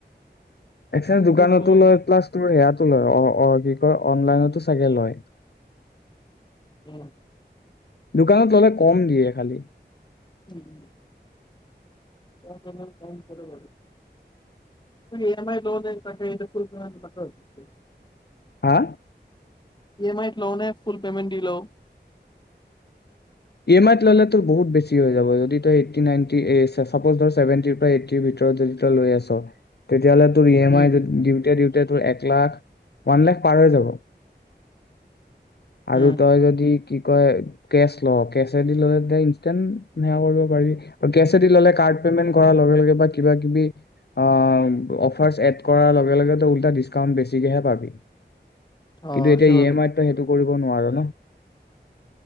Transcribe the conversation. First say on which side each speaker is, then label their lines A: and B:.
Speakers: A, on the left; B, on the left.
A: এক দোকানতো
B: ইউজ কৰিব লাগে।
A: লয় প্লা তোৰ ইয়াত লয়, অ অ কি কয় অনলাইনতো চাগে লয়।
B: উম
A: দোকানত
B: সেইটো
A: ল'লে কম দিয়ে খালি।
B: উম। <unintelligible>
A: হা।
B: ই এম আইত লোনে ফুল পে'মেণ্ট দি লও।
A: ই এম আইত ললে তো বহুত বেছি হৈ যাব যদি তইনটিজেভেটিৰ এইটিৰ ভিতৰত যদি তই লৈ আছ ইয়ালে তোৰ ই এম
B: উম,
A: আই ডিউট ডিউতে ডিউতে তোৰ এক লাখ ওৱান লাখ পাৰ হৈ যাব। আৰু
B: উম,
A: তই যদি কি কয়? কেছ। অ' কেচাদিল সেয়া কৰিব পাৰি আৰু কেচেদি ললে কাদ পেমেণ্ট কৰা লগে লগে বা কিবা কিবি আহ অফাচ এদ কৰা লগে লগে তই ওলটা ডিচকাওত বেচিকেহে পাবি।
B: অ',
A: কিন্তু
B: সেইটো
A: এতিয়া
B: হয়
A: ই
B: কিন্তু
A: এম আই তই সেইটো কৰিব নোৱাৰ